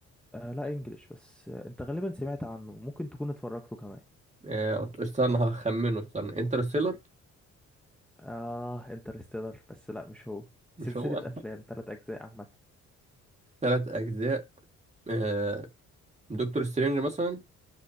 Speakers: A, in the centre; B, on the right.
A: آه لا انجليش بس آه انت غالبا سمعت عنه ممكن تكون اتفرجته كمان
B: آه، استنى هخمنه استنى انترستيلر
A: اه انترستيلر بس لا مش هو
B: مش
A: سلسله
B: هو
A: افلام ثلاث اجزاء عامه
B: ثلاث اجزاء آه، دكتور سترينج مثلا